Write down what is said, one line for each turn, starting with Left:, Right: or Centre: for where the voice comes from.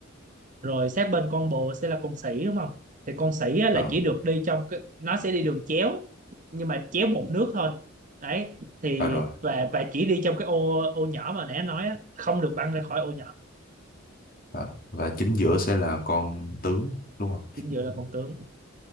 Right: rồi sát bên con bồ sẽ là con sỉ đúng không thì con sỉ á, là
Left: Ờ
Right: chỉ được đi trong cái nó sẽ đi đường chéo nhưng mà chéo một nước thôi đấy thì
Left: à rồi.
Right: và và chỉ đi trong cái ô ô nhỏ mà nãy anh nói á, không được băng ra khỏi ô nhỏ
Left: À, và chính giữa sẽ là con tướng đúng không?
Right: chính giữa là con tướng